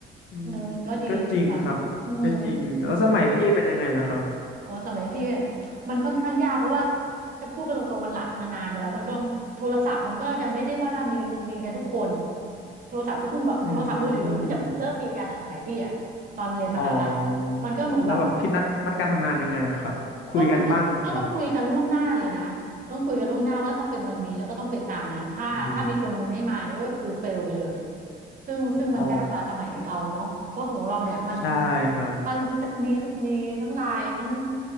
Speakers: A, on the left (about 75°); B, on the right (about 45°).
A: อืม
B: มันก็ดีสำอืม
A: ก็จริงครับก็จริงแล้วสมัยพี่เป็นยังไงล่ะครับ
B: อ๋อสมัยพี่อะมันค่อนข้างยากเพราะว่าจะพูดกันตรงๆมันหละมันนานมาแล้วมันก็โทรศัพท์มันก็ยังไม่ได้ว่ามีมีกันทุกคนโทรศัพท์ก็เพิ่งแบบโทรศัพท์มือถือก็เพิ่งจะเริ่มมีกันอ่ะสมัยพี่อ่ะตอนเรียนมหาลัยอะมันก็เหมือนแบบ
A: อืมอ๋อครับแล้วแบบพี่นัดนัดการทำงานยังไงอะครับคุยกันบ้างแบบ
B: ก็เหมือนก็ก็ต้องคุยกันล่วงหน้าเลยนะต้องคุยกันล่วงหน้าว่าต้องเป็นวันนี้แล้วก็ต้องไปตามนั้นถ้าถ้ามีคนหนึงไม่มาเนี่ยก็คือเฟลไปเลย
A: โอ้โห
B: ซึ่งซึ่งมันยากกว่าสมัยเราเนาะเพราะของเราเนี่ยมัน
A: อ๋อใช่ครับ
B: มันมีทุกมีทั้งไลน์ทั้ง